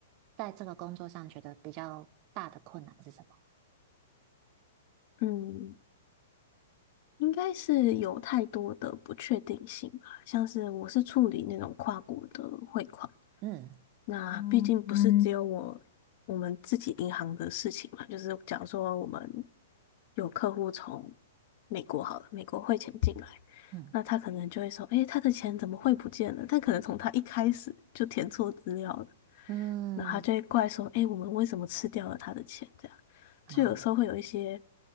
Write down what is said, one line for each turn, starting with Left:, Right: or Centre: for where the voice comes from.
Right: 在这个工作上觉得比较大的困难是什么？
Left: 嗯，应该是有太多的不确定性吧，像是我是处理那种跨国的汇款，
Right: 嗯
Left: 那毕哦竟不是只嗯有我我们自己银行的事情嘛，就是假如说我们有客户从美国好了，美国汇钱进来，
Right: 嗯
Left: 那他可能就会说，诶，他的钱怎么汇不见了？但可能从他一开始就填错资料了，
Right: 嗯，
Left: 然后他就会怪说：“哎，我们为什么吃掉了他的钱？”这样，
Right: 啊
Left: 就有时候会有一些